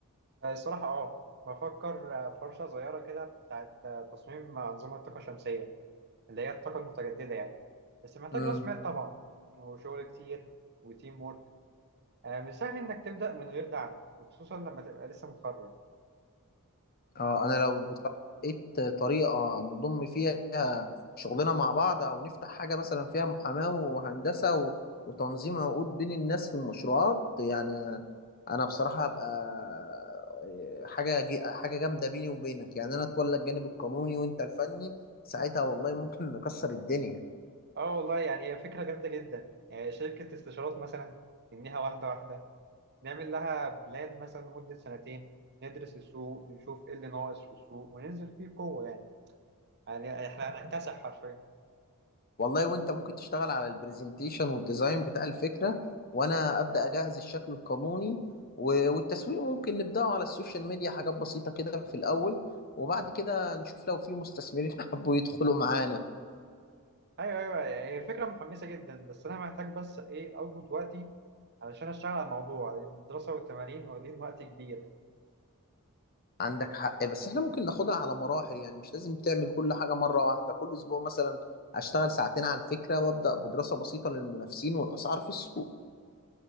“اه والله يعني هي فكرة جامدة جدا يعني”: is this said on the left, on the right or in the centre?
Right